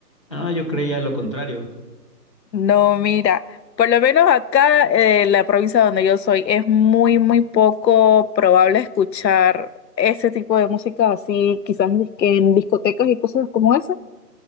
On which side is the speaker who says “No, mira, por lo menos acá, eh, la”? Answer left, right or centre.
Left